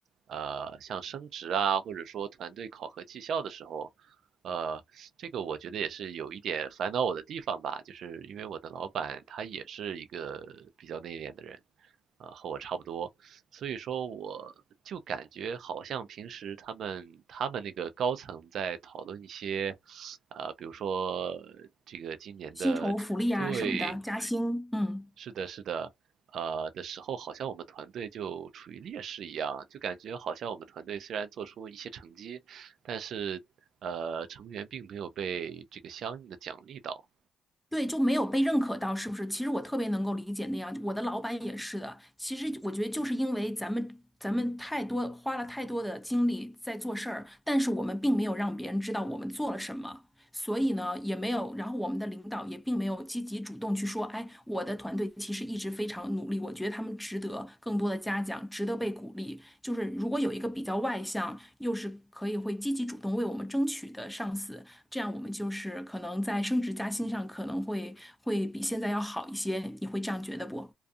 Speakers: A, on the right; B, in the centre.
A: 呃，像升职啊，或者说团队考核绩效的时候，呃，这个我觉得也是有一点烦恼我的地方吧，就是因为我的老板他也是一个比较内敛的人，啊、和我差不多，所以说我就感觉好像平时他们他们那个高层在讨论一些，啊、比如说这个今年的对。
B: 薪酬福利啊什么的，加薪，嗯。
A: 是的，是的，呃的时候，好像我们团队就处于劣势一样，就感觉好像我们团队虽然做出一些成绩，但是呃成员并没有被这个相应的奖励到，
B: 对，就没有被认可到，是不是？其实我特别能够理解那样，我的老板也是的。其实我觉得就是因为咱们咱们太多花了太多的精力在做事儿，但是我们并没有让别人知道我们做了什么。所以呢，也没有，然后我们的领导也并没有积极主动去说，哎，我的团队其实一直非常努力，我觉得他们值得更多的嘉奖，值得被鼓励。就是如果有一个比较外向，又是可以会积极主动为我们争取的上司，这样我们就是可能在升职加薪上可能会会比现在要好一些，你会这样觉得不？